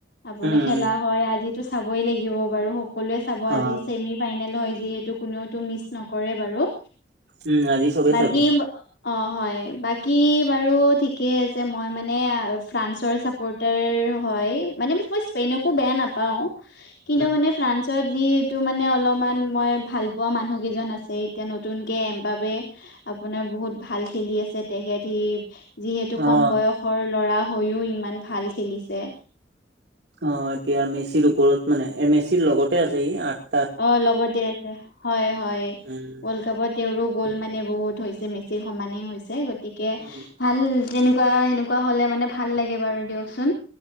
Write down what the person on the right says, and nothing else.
উম
অ
উম আজি চবেই
চাব
উ
অ
অ এতিয়া মেচিৰ ওপৰত মানে এ মেচিৰ লগতে আছে ই আঠ
উম,
অ,